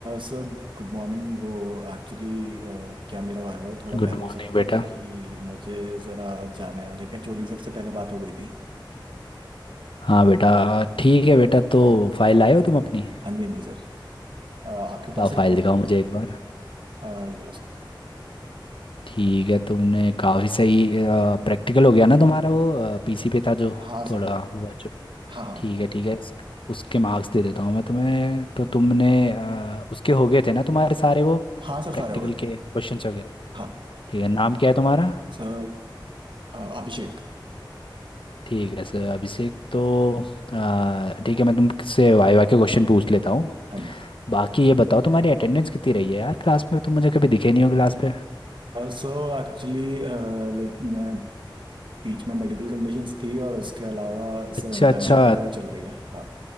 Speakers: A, on the right (about 70°); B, on the left (about 85°).
A: Sir good morning वो actually क्या मेरा वाइवा थोड़ा पहले
B: Good
A: हो
B: morning
A: सकता
B: बेटा
A: है क्योंकि मुझे ज़रा जाना है लेकिन एचओडी सर से पहले बात हो गई थी
B: हाँ बेटा ठीक है बेटा तो फाइल लाए हो तुम अपनी
A: हाँ जी हाँ जी सर अ, आपके
B: लाओ
A: पास
B: फाइल
A: ही रखूँ
B: दिखाओ मुझे एक बार
A: ये लो सर
B: ठीक है तुमने काफ़ी सही प्रैक्टिकल हो गया ना तुम्हारा वो पीसी पे था जो
A: हाँ सर
B: थोड़ा
A: हो गया
B: हुआ जो
A: हाँ हाँ
B: ठीक है ठीक है उस- उसके मार्क्स दे देता हूँ मैं तुम्हें तो तुमने अ, उसके हो गए थे ना तुम्हारे सारे वो
A: हाँ सर
B: प्रैक्टिकल
A: सारे हो गए थे
B: के क्वेश्चंस हो गए
A: हाँ
B: ठीक है नाम क्या है तुम्हारा
A: सर अ, अभिषेक
B: ठीक है सर अभिषेक तो अ, ठीक है मैं तुमसे वाइवा के क्वेश्चन पूछ लेता हूँ
A: हाँ जी
B: बाकी ये बताओ तुम्हारी अटेंडेंस कितनी रही है यार क्लास में तुम मुझे कभी दिखे नहीं हो क्लास पे
A: सो एक्चुअली लाइक मैं बीच में मेडिकल कंडीशंस थी और उसके अलावा
B: अच्छा
A: सर इंटर्नशिप
B: अच्छा
A: वगैरह चल रही है हाँ